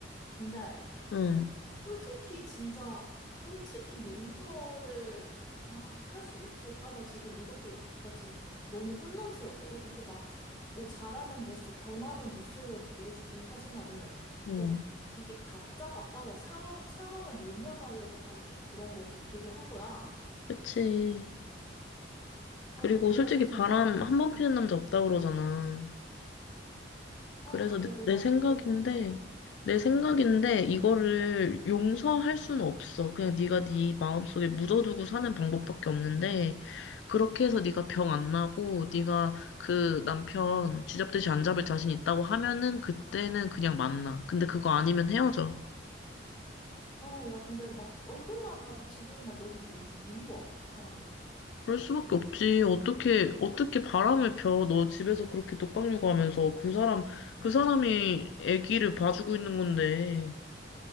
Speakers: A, on the left; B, on the left.
A: 근데,
B: 응.
A: 솔직히 진짜 솔직히 용서를 아, 할 수 있을까? 나 지금 이것도 나 지금 너무 혼란스럽거든. 이게 막 어, 잘하는 모습, 변하는 모습을 보여주긴 하지만은
B: 어,
A: 좀 이게 가짜 같다 막 상황 상황을 모면하려고 하는 그런 거 같기도 한 거야.
B: 그치.
A: 아,
B: 그리고
A: 그래서
B: 솔직히
A: 진짜
B: 바람 한 번 피는 남자 없다 그러잖아.
A: 아,
B: 그래서 내,
A: 야, 너
B: 내
A: 말도
B: 생각인데,
A: 맞다.
B: 내 생각인데
A: 음.
B: 이거를 용서할 수는 없어. 그냥 네가 네 마음속에 묻어두고 사는 방법밖에 없는데 그렇게 해서 네가 병 안 나고 네가 그 남편 쥐잡듯이 안 잡을 자신 있다고 하면은 그때는 그냥 만나. 근데 그거 아니면 헤어져.
A: 아, 야, 근데 막 얼굴만 봐도 지금 막 너무 미, 미- 미워, 사람이.
B: 그럴 수밖에 없지. 어떻게 어떻게 바람을 펴? 너 집에서 그렇게 독박 육아하면서 그 사람 그 사람이 아기를 봐주고 있는 건데.